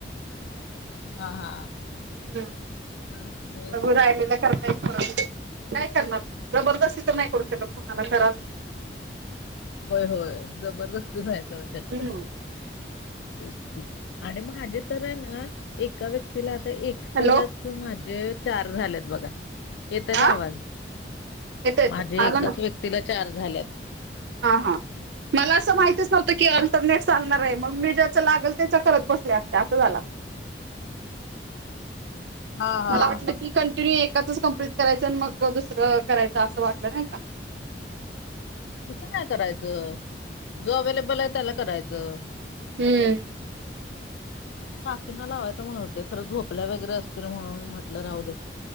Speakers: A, on the left (about 80°); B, on the right (about 75°).
A: हा हा.
B: हं
A: अस
B: बघू राहिलेलं करता नाही करणार जबरदस्ती तर नाही करू शकत कोणाला कराच
A: होय होय जबरदस्ती <unintelligible> तेच तर तेच
B: हम्म
A: की आणि माझ्या तर आहे ना एका व्यक्तीला आता एकटीलाच
B: हॅलो
A: माझं चार झालेत बघा. येतोय
B: हा
A: का आवाज
B: येतो येतो
A: माझे
B: आला
A: एकाच
B: ना
A: व्यक्तीला चार झाल्यात.
B: हा हा. मला असं माहितच नव्हत की अल्टरनेट चालणार आहे मग मी ज्याच लागेल त्याच्या करत बसले असते असं झाला.
A: हा हा.
B: मला वाटलं की कंटिन्यू एकाच कंप्लीट करायचं आणि मग दुसरं करायचं असं वाटलं नाही का?
A: तसं नाही करायचं. जो अवेलेबल आहे त्याला करायचं.
B: हम्म
A: आता काकींना लावायचं म्हणत होते खरं झोपल्या वगैरे असतील म्हणून म्हटलं राहू दे.